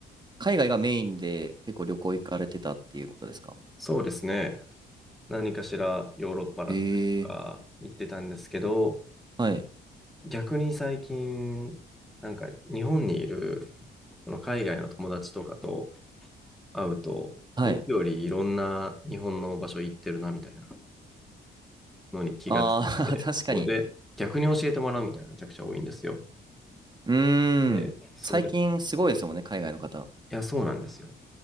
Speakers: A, on the right; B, in the centre.
A: 海外がメインで結構旅行行かれてたっていうことですか
B: そうですね。何かしらヨーロッパだったりとか行ってたんですけど、
A: ええーはい。
B: 逆に最近、なんか日本にいるその海外の友達とかと会うと、
A: はい。
B: 僕よりいろんな日本の場所行ってるなみたいな。のに気がついて、
A: ああ、<laughs> 確かに。
B: そうで、逆に教えてもらうみたいなのがめちゃくちゃ多いんですよ。
A: うーん。
B: で、それで、
A: 最近すごいですもんね、
B: い
A: 海外の方。
B: や、そうなんですよ。